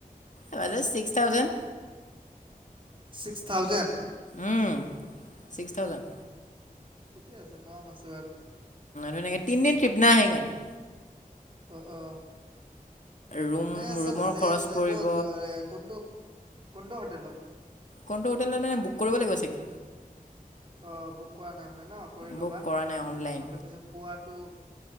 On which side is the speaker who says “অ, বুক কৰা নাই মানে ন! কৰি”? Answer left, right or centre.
Right